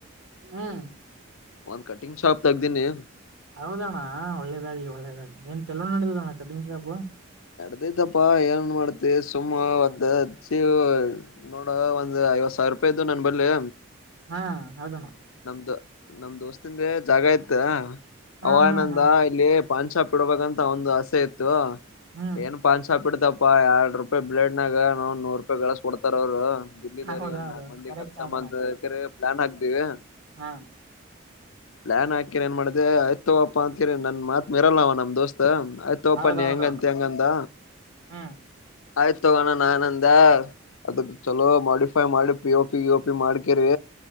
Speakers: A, on the right; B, on the left.
A: ಹ್ಮ್
B: ಒಂದ್ ಕಟಿಂಗ್ ಶಾಪ್ ತೆಗ್ದೀನಿ
A: ಹೌದಣ್ಣ ಒಳ್ಳೇದಾಗ್ಲಿ ಒಳ್ಳೇದಾಗ್ಲಿ ಏನ್ ಚಲವ ನಡ್ದದಣ್ಣ ಕಟಿಂಗ್ ಶಾಪು
B: ಎಡದೈತಪ್ಪಾ ಏನನ್ ಮಾಡ್ತಿ ಸುಮ ಒ್ದಚ್ಚೀ ನೋಡ ಒಂದ ಐವತ್ತು ಸಾವಿರ ರೂಪಾಯಿ ಇದ್ದು ನನ್ನ ಹಿಂಬಾಲೆ
A: ಹಾ ಹೌದಣ್ಣ
B: ನಮ್ದ ನಮ್ ದೋಸ್ತಿಂದ ಜಾಗ ಇತ್
A: ಹಾ
B: ಅವ
A: ಹಾ
B: ನಂದ
A: ಹಾ
B: ಇಲ್ಲಿ ಪಾನ್ ಶಾಪ್ ಇಡಬೇಕಂತ ಒಒಂದ ಅವರ ಆಸೆ ಇತ್ತು
A: ಹ್ಮ್
B: ಏನ್ ಪಾನ್ ಶಾಪ್ ಇಡ್ದ ಪಪ್ಪ ಎರಡ್ ರೂಪಾಯಿ ಬ್ಲೇಡ್ನಾಗ ನ ನೂರು ರೂಪಾಯಿ ಕಳಿಸಿ ಕೊಡ್ತಾರ ಅವ್ರು ದಿಲ್ಲಿದವ್ರರಿಗೆಗ
A: ಹೌದ
B: ಒಂದ್
A: ಹೌದು
B: ನಾಕಕ್ ಮಂದಿ
A: ಕರೆಕ್ಟ್
B: ಕಡಸಮ್ಮ
A: ಆದಣ್ಣ
B: ಅಂತ್ರ
A: ಕರೆಕ್ಟ್ ಆದ
B: ಪ್ಲಾನ್ ಹಾಕ್ತಿವಿ
A: ಹಾ
B: ಪ್ಲಯಾನ್ ಹಾಕರಿ ಏನ್ ಮಾಡ್ದ ಆಯ್ತವಪ್ಪಾ ಅಂತಕರಿ ನನ್ ಮಾತ್ ಮೇರಲ್ಲವ ನಮ್ ದೋಸ್ತ್ ಆಯ್ತ ತುಗೋಪ
A: ಹೌದೌದೌದು
B: ನೀ ಹೆಂಗ ಅಂತಿ ಹಂಗ ಅಂದ
A: ಹ್ಮ್
B: ಆಯ್ತು ತಗೋಣ ನಾನಂದ ಅದಕ್ ಚಲೋ ಮೋಡಿಪೈ ಮಾಡಿ ಪಿ ಓ ಪಿ ಯ ಓಪಿ ಮಾಡ್ಕೇರಿ